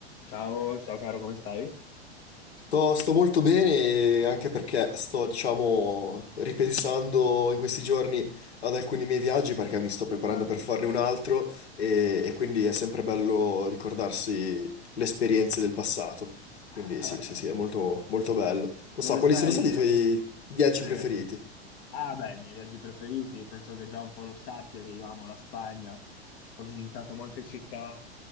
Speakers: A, on the left; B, on the left.
A: Ciao, ciao caro, come stai?
B: Sto, sto molto bene anche perché sto, diciamo, ripensando in questi giorni ad alcuni miei viaggi perché mi sto preparando
A: Ah.
B: per farne un altro e, e quindi è sempre bello ricordarsi le esperienze del passato. Quindi
A: <laughs>
B: sì, sì, sì, è molto, molto bello. Non
A: Dove
B: so, quali
A: stai?
B: sono stati i tuoi viaggi
A: Sì.
B: preferiti?
A: Ah, beh, i miei viaggi preferiti, penso che già un po' lo sappia che io amo la Spagna. Ho visitato molte città,